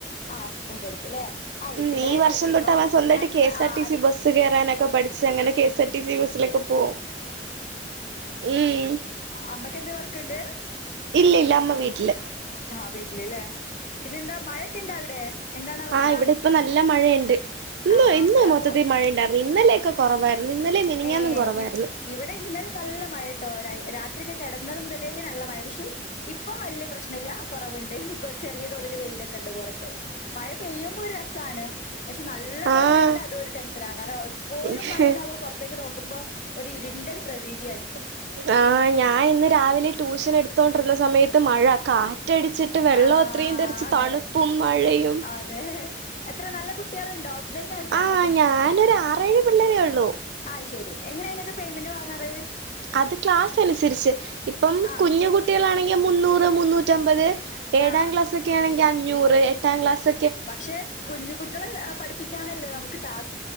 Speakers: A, on the left; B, on the right.
A: ആഹ് സ്കൂളിന്റടുത്തിലെ ആഹ്
B: ഉം
A: എട്ടില്ലായല്ലോ
B: ഈ വർഷം
A: ഇനിയിപ്പോ
B: തൊട്ട് അവൻ സ്വന്തമായിട്ട്
A: രണ്ടു
B: കെ എസ് ആർ
A: ആറ്
B: <unintelligible> കയറാനൊക്കെ പടി ക്ഷെ അങ്ങനെ കെ എസ്ആർ ടി സി ബസിലൊക്കെ പോകും ഉം
A: അമ്മയ്ക്കെന്ത് വർക്ക്ണ്ട്
B: ഇല്ലല്ല അമ്മ വീട്ടില്
A: ആഹ് വീട്ടില്ല്ലേ പിന്നെ ന്താ മഴൊക്കെ ണ്ടാ അവിടെ എന്താണ് അവസ്ഥ
B: ആഹ് ഇവിടെ ഇപ്പ നല്ല മഴയ്ണ്ട് ഇന്ന്
A: ആ
B: ഇന്ന്
A: മഴപ്പോ
B: മൊത്തത്തിൽ മഴയ്ണ്ടായിരുന്നു ഇന്നലോക്കെ കൊറവായിരുന്നു ഇന്നലെ മിനിഞ്ഞാനും
A: ഏ
B: കൊറവായിരുന്നു
A: ഇവ് ഇവിടെ ഇന്നലെ നല്ല മഴ ട്ടോ രായി രാത്രിക്കെ കെടന്നതു മുതലേ നല്ല മഴ പക്ഷെ ഇപ്പൊ വലിയ പ്രശ്നല്ല കൊറവുണ്ട്, ചെറിയ തോതില് വെയിലൊക്കെ ണ്ട് പോറത്ത് മഴ പെയ്യുമ്പോരു രസാണ് പക്ഷെ നല്ല
B: ആ
A: പോലെ ആയാലും അതോരു ടെൻഷനാ കാരണം എപ്പോഴും
B: ഉം
A: മഴാന്നെ
B: ആ
A: പോ ത്തേക്ക് നോക്കുമ്പോ ഒരു ഇരുണ്ടൊരു പ്രതീതിയായിരിക്കും
B: ആഹ് ഞാൻ ഇന്ന് രാവിലെ ട്യൂഷൻ എടുത്തോണ്ടിർന്ന സമയത്ത് മഴ കാ റ്റടിച്ചിട്ട് വെള്ളം
A: ആ
B: ത്രയും തെറിച്ച്
A: അതെ
B: തണുപ്പും മഴയും
A: അതെ എത്ര നല്ല കുട്ടികളുണ്ടോ ഓഫ്‌ലൈൻ ആയിട്ടാണോ
B: ആഹ് ഞാനൊരു ആറേഴ് പിള്ളരോള്ളൂ
A: ഐശെരി എങ്ങനെയായിനോക്കെ പേയ്മെന്റ് വാങ്ങാറ്
B: അത് ക്ലാസനുസരിച്ച് ഇപ്പം
A: ആ
B: കുഞ്ഞു കുട്ടിളാണെങ്കിൽ മുന്നൂറ് മുന്നൂറ്റമ്പത് ഏഴാം
A: ആ
B: ക്ലാസൊക്കെ ആണെങ്കിൽ അഞ്ഞൂറ് എട്ടാം ക്ലാസ്
A: പക്ഷെ കുഞ്ഞു കുട്ടികളെ പഠിപ്പിക്കാനല്ലേ നമുക്ക് ടാസ്